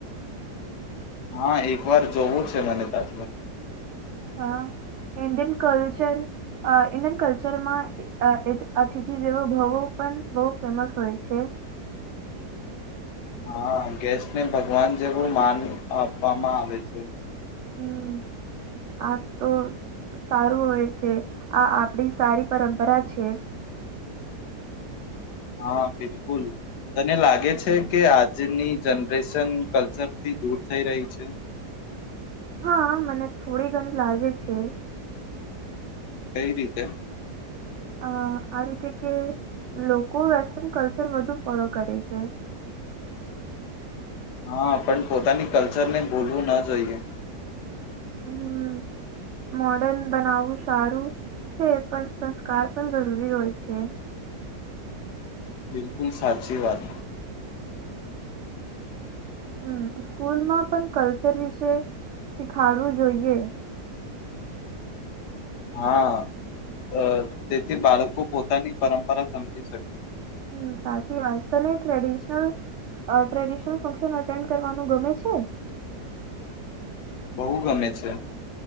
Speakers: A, on the left (about 80°); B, on the right (about 85°).
A: હા એક વાર જોવું છે, મને તાજું
B: અ ઇન્ડિયન કલ્ચર ઇન્ડિયન કલ્ચરમાં અતિથિ જેવો ભવો પણ બહુ ફેમસ હોય છે,
A: હા ગેસને ભગવાન જેવું માન આપવામાં આવે છે,
B: હમ આ તો સારું હોય છે, આ આપડી સારી પરંપરા છે.
A: હા બિલકુલ તને લાગે છે, કે આજની જનરેશન કલ્ચરથી દૂર થઈ રહી છે,
B: હા મને થોડી ઘણી લાગે છે,
A: કઈ રીતે
B: અ આ રીતે કે લોકો વેસ્ટર્ન કલ્ચર વધુ ફોલો કરે છે,
A: હા પણ પોતાની કલ્ચરને બોલવું ન જોઈએ,
B: હમ્મ મ બનાવું સારું છે, પણ સં કાર પણ જરૂરી હોય છે,
A: બિલકુલ સાચી વાત
B: હમ સ્કૂલમાં પણ કલ્ચર વિશે શીખાડવું જોઈએ,
A: હા, તેથી બાળકો પોતાની પરંપરા સમજી શકે.
B: હમ સાચી વાત તને ટ્રેડિશનલ ટ્રેડિશનલ ફંક્શન અટેન્ડ કરવાનું ગમે છે?
A: બહુ ગમે છે,